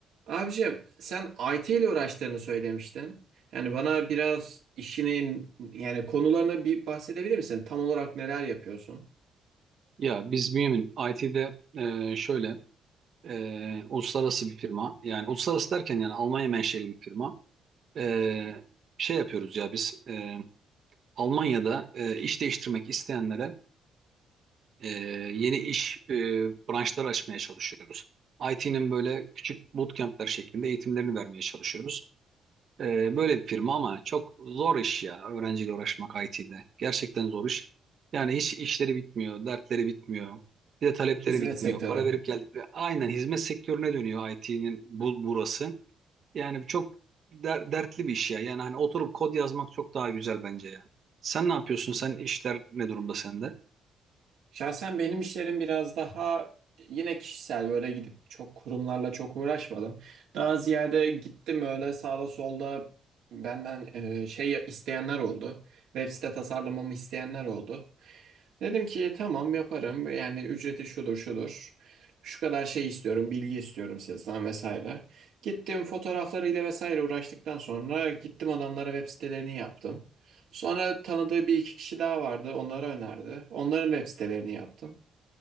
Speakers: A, on the right; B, on the right.
A: Abicim sen IT ile uğraştığını söylemiştin. Yani bana biraz işinin yani konularını bir bahsedebilir misin? Tam olarak neler yapıyorsun?
B: Ya biz Bünyamin IT'de e, şöyle e, uluslararası bir firma yani uluslararası derken yani Almanya menşeli bir firma E, şey yapıyoruz ya biz e, Almanya'da e, iş değiştirmek isteyenlere e, yeni iş e, branşları açmaya çalışıyoruz. IT'nin böyle küçük bootcamp'ler şeklinde eğitimlerini vermeye çalışıyoruz. Ee, böyle bir firma ama çok zor iş ya öğrenciyle uğraşmak IT'de. Gerçekten zor iş. Yani hiç işleri bitmiyor, dertleri bitmiyor. Bir de talepleri
A: Hizmet
B: bitmiyor.
A: sektörü.
B: Para verip geldikleri aynen hizmet sektörüne dönüyor IT'nin bu, burası. Yani çok der- dertli bir iş ya. Yani hani oturup kod yazmak çok daha güzel bence yani. Sen ne yapıyorsun? Sen işler ne durumda sende?
A: Şahsen benim işlerim biraz daha yine kişisel böyle gidip çok kurumlarla çok uğraşmadım. Daha ziyade gittim öyle sağda solda benden e, şey isteyenler oldu. Web site tasarlamamı isteyenler oldu. Dedim ki tamam yaparım. Yani ücreti şudur şudur. Şu kadar şey istiyorum, bilgi istiyorum sizden vesaire. Gittim fotoğraflarıyla vesaire uğraştıktan sonra gittim adamlara web sitelerini yaptım. Sonra tanıdığı bir iki kişi daha vardı, onlara önerdi. Onların web sitelerini yaptım.